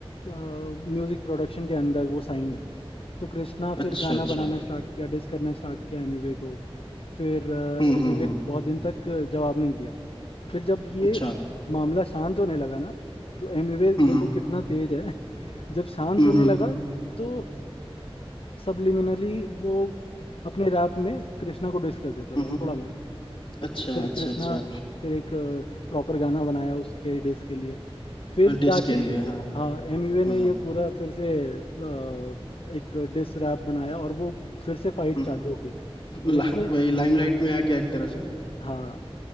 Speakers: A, on the left; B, on the left.
A: म्यूजिक प्रोडक्शन के अंदर वो साइंड है तो कृष्णा फिर
B: अच्छा
A: गाना
B: अच्छा
A: बनाना स्टार्ट किया डिस करना स्टार्ट किया एमिवे को फिर एमिवे
B: हम्म हम्म हम्म
A: बहुत दिन तक जवाब नहीं दिया फिर जब ये
B: अच्छा
A: मामला शांत होने लगा ना तो एमिवे देखो
B: हम्म
A: कितना तेज है जब शांत
B: हम्म
A: होने
B: हम्म हम्म
A: लगा
B: हम्म,
A: तो सबलिमिनली वो अपने रैप में कृष्णा को डिस कर देता
B: हम्म,
A: था
B: हम्म।
A: थोड़ा मोड़ा
B: अच्छा
A: तो फिर
B: अच्छा
A: कृष्णा
B: अच्छा
A: फिर एक प्रॉपर गाना बनाया उसके डिस के लिए फिर
B: डिस
A: जाके
B: के लिए हाँ
A: हाँ एमवे
B: हम्म
A: ने
B: हम्म
A: ये पूरा फिर से अ, एक डिस रैप बनाया और वो फिर से फाइट
B: हम्म,
A: चालू हो गई और इसमें
B: ला- वही लाइमलाइट में आ गया एक तरह से
A: हाँ